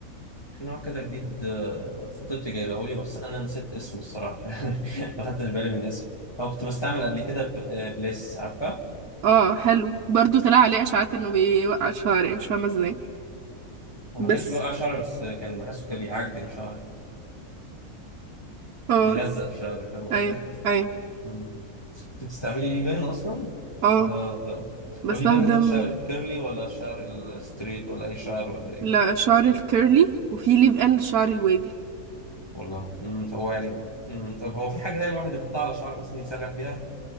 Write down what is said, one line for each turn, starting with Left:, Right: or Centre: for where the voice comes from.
Left: في نوع كده جديد آه، خطيبتي جايبه لي بس انا نسيت اسمه الصراحه <laughs> ما خدتش بالي من اسمه هو كنت بستعمل قبل كده ب- آه، بليس عارفه
Right: اه حلو برضو طلع عليه اشاعات انه بيوقع الشعر يعني مش فاهمه ازاي
Left: هو ما
Right: بس
Left: كانش بيوقع شعري بس كان بحسه كان بيعجن شعري
Right: اه
Left: بيلزق في شعرك فاهم قصدي؟
Right: ايوه ايوه
Left: مم. كنت بتستعملي ليه بن أصلا
Right: اه
Left: ولا لا؟
Right: بستخدم
Left: هو ليه بن ده الشعر الكيرلي ولا الشعر الستريت ولا أي شعر ولا إيه؟
Right: لا شعر الكيرلي وفي ليف ان للشعر الوافي
Left: والله مم. طب هو يعني مم. طب هو في حاجة دايما الواحد يحطها على شعره مثلا يسرح بيها؟